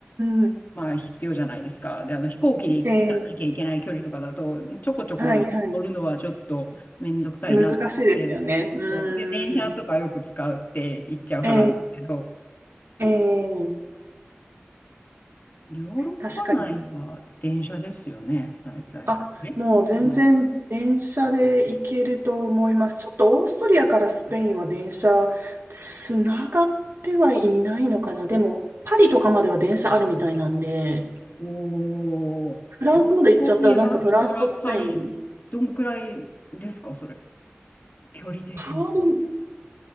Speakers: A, on the right (about 75°); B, on the left (about 45°).
A: ん、
B: まあ必要じゃないですか。で、あの飛行機で行かなきゃいけない距離とかだと、
A: ええ
B: ちょこちょこ乗るのはちょっとめんどくさいなって。
A: はい、はい。難しいですよね。うん、
B: そうで、電車とかよく使うって言っちゃう派なんですけど、
A: ええええ
B: ヨーロッパ内は電車ですよね、
A: 確かに。
B: 大体。
A: あ、
B: えそんなことないか。
A: もう全然電車で行けると思います。ちょっとオーストリアからスペインは電車つながってはいないのかな。でも、パリとかまでは電車あるみたいなんで、
B: おー、
A: フランスまで行っちゃったらなんかフランスとスペイン、
B: オーストリアからパリどんくらいですか、それ。距離的に。
A: パリ